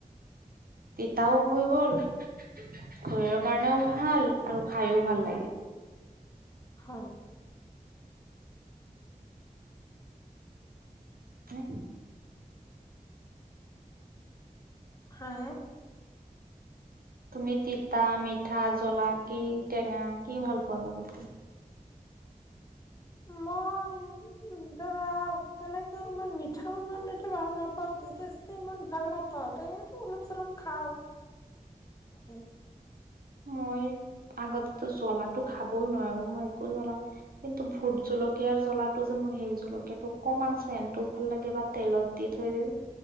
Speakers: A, on the right (about 80°); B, on the left (about 25°).
A: তিতাও হৈ গ'ল শৰীৰৰ কাৰণেও ভাল আৰু খাইও ভাল লাগে।
B: হয়।
A: থাই
B: হা
A: তুমি তিতা মিঠা জ্বলা কি টেঙা কি ভাল পোৱা চবতকে।
B: মই ধৰা তেনেকে ইমান মিঠা ইমান এটা ভাল নাপাওঁ। মিঠা চিঠা ইমান ভাল নাপাওঁ টেঙাটো অলপ চলপ। খাওঁ উমহু
A: মই আগতটো জ্বলাটো খাবই নোৱাৰো মই একো জ্বলা কিন্তু ভূত জলকীয়াৰ জ্বলাটো যে মোৰ সেই জলকীয়াটো অকমান চেনটোও ভাল লাগে বা তেলত দি থৈ দিলে